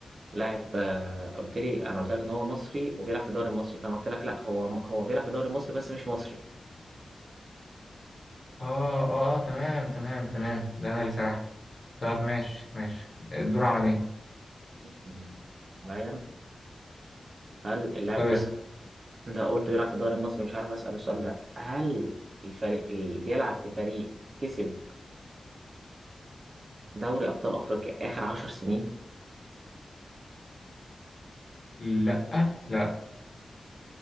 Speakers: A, on the right; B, on the left.
A: لاعب آه، قلت لي انا قلت لك ان هو مصري وبيلعب في الدوري المصري فانا قلت لك لا هو هو بيلعب في الدوري المصري بس مش مصري
B: اه اه اه تمام تمام تمام ده انا اللي سرحت طب ماشي ماشي الدور على مين؟
A: مم. حاليا هل اللاعب
B: طب اسأل
A: ده انت قلت بيلعب في الدوري المصري مش عارف اسال السؤال ده هل الفريق اللي بيلعب في فريق كسب دوري ابطال افريقيا اخر عشر سنين
B: لا لا